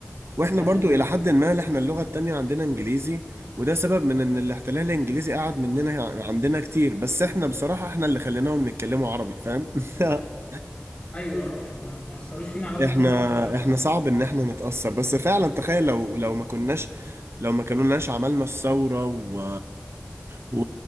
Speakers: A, on the right (about 60°); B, on the left (about 25°).
A: واحنا
B: ولحد
A: برضو
B: دلوقتي
A: الى حد ما احنا اللغة التانية عندنا انجليزي وده سبب من ان الاحتلال الانجليزي قعد مننا عندنا كتير بس احنا بصراحة احنا اللي خليناهم نتكلموا عربي فاهم <laughs>
B: ايوه يعني ما ما اثروش فينا على قد
A: احنا
B: ما احنا اثرنا
A: احنا صعب ان احنا نتأثر بس فعلا تخيل لو لو ما كناش لو ما كناش عملنا الثورة و... و...